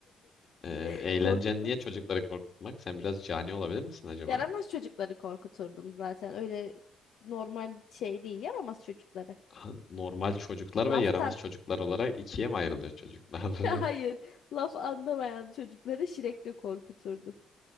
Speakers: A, on the left; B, on the left.
A: Ee,
B: <laughs>
A: eğlencen
B: Korkutmak
A: niye çocukları
B: istiyorum.
A: korkutmak? Sen biraz cani olabilir misin acaba?
B: Yaramaz çocukları korkuturdum zaten. Öyle normal şey değil. Yaramaz çocukları.
A: Ha, Normal çocuklar
B: Laftan.
A: ve yaramaz çocuklar olarak ikiye mi ayrılıyor çocuklar? <laughs>
B: <laughs> Hayır. Laf anlamayan çocukları Şirek'le korkuturdum.